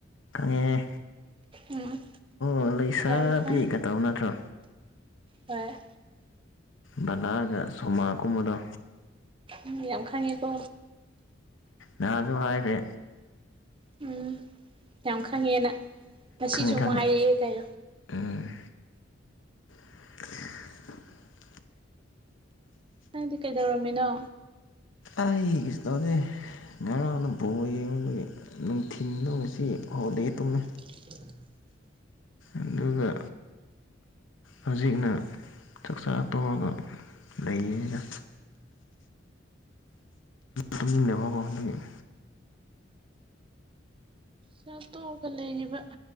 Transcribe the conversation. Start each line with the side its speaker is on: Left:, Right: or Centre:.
Left: ꯈꯪꯉꯦꯍꯦ
Right: ꯎꯝ
Left: ꯍꯣ ꯂꯩꯁꯥꯕꯤꯒ
Right: ꯌꯥꯝ ꯈꯪ
Left: ꯇꯧ ꯅꯠꯇ꯭ꯔꯣ꯫
Right: ꯍꯣꯏ
Left: ꯕꯂꯥꯒ ꯁꯃꯥꯒ ꯀꯨꯝꯕꯗꯣ꯫
Right: ꯎꯝ ꯌꯥꯝ ꯈꯪꯉꯤꯀꯣ꯫
Left: ꯅꯍꯥꯟꯁꯨ ꯍꯥꯏꯈ꯭ꯔꯦ꯫
Right: ꯎꯝ ꯌꯥꯝ ꯈꯪꯉꯦꯅ ꯉꯁꯤꯁꯨ
Left: ꯈꯪꯉꯦ
Right: ꯑꯃꯨꯛ
Left: ꯈꯪꯉꯦ
Right: ꯍꯥꯏꯔꯛꯑꯦ ꯀꯥꯏ꯫
Left: ꯎꯝ <inaudible>
Right: ꯅꯪꯗꯤ ꯀꯩꯗꯧꯔꯝꯃꯤꯅꯣ?
Left: ꯑꯩ ꯀꯩꯁꯨ ꯇꯧꯗꯦ꯫ ꯉꯔꯥꯡꯅ ꯕꯣꯜ ꯌꯦꯡꯕꯒꯤ ꯅꯨꯡꯊꯤꯟꯗꯣ ꯉꯁꯤ ꯍꯣꯜꯗꯦ ꯇꯨꯝꯃꯦ꯫
Right: <inaudible>
Left: ꯑꯗꯨꯒ ꯍꯧꯖꯤꯛꯅ ꯆꯥꯛꯆꯥ ꯇꯧꯑꯒ ꯂꯩꯔꯤꯅꯤꯅ꯫ ꯇꯨꯝꯅꯤꯡꯅꯕ <unintelligible>
Right: ꯆꯥ ꯇꯣꯛꯑꯒ ꯂꯩꯔꯤꯕ꯫